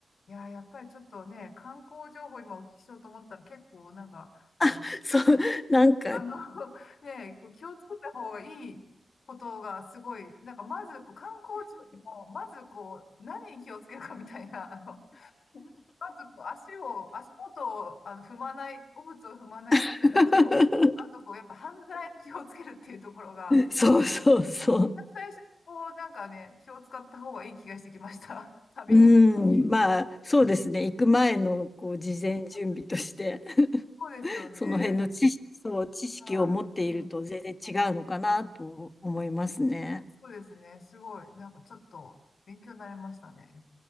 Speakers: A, on the left (about 70°); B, on the left (about 35°).
A: いや、やっぱりちょっとね、観光情報今お聞きしようと思ったら結構なんか、あの、
B: <laughs> そう、なんか
A: あの <laughs> ね、こう気をつけた方がいいことがすごい、なんかまずこう観光地よりも、まずこう、何に気をつけるかみたいな、あの、<laughs> まずこう足を、足元をあの踏まない、汚物を踏まないのと、
B: <laughs>
A: あとこう、やっぱ犯罪に気をつけるっていうところが、
B: そうそうそう。
A: 最初にこう、なんかね、気を使った方がいい気がしてきました。<laughs> 旅に。
B: うん、まあ、そうですね。行く前の、こう、事前準備として、
A: はい、そうですよね。
B: その辺の知識、そう、知識を持っていると全然違うのかなと思いますね。
A: はい。はい。そうですね。すごい。なんかちょっと勉強になりましたね。